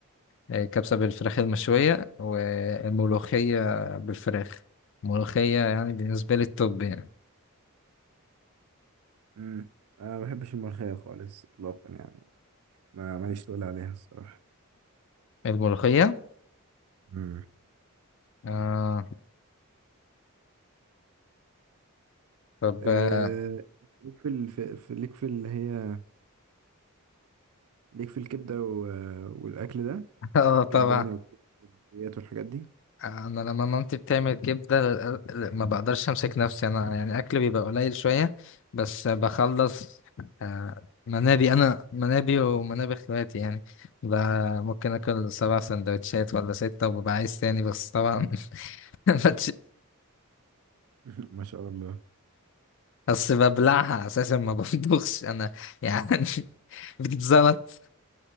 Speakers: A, on the left; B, on the right.
A: آه، كبسة بالفراخ المشوية والملوخية بالفراخ الملوخية يعني بالنسبة لي التوب يعني
B: امم انا ما بحبش الملوخيه خالص اطلاقا يعني ما ماليش تقول عليها الصراحه
A: الملوخية
B: مم.
A: آه طب
B: آه،
A: اه
B: ليك في ال- في في- ليك في اللي هي ليك في الكبدة و- والأكل ده
A: <laughs> آه،
B: والكبدة
A: طبعا
B: يعني والكليات والحاجات دي
A: انا لما مامتي بتعمل كبدة لل- لل- ما بقدرش امسك نفسي انا يعني اكل بيبقى قليل شوية بس بخلص آه منابي انا منابي ومنابي اخواتي يعني ب- ممكن اكل سبع سندوتشات ولا ستة وببقى عايز تاني بس طبعا <laughs> ما
B: <laughs> ما شاء الله
A: بس ببلعها اساسا ما بطبخش انا يعني <laughs> بتزلط